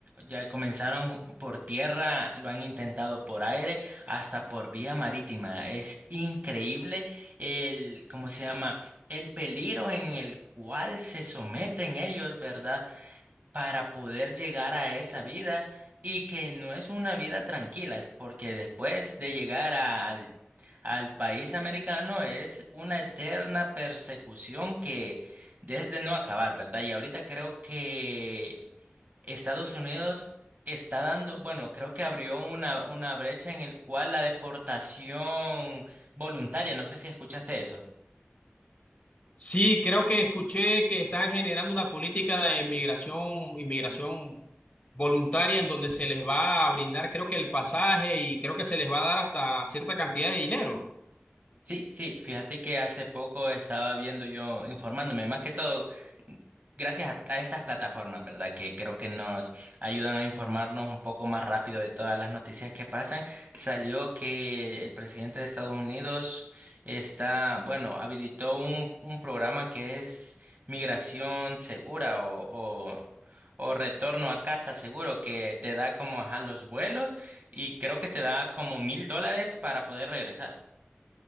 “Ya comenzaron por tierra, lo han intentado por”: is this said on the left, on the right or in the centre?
Right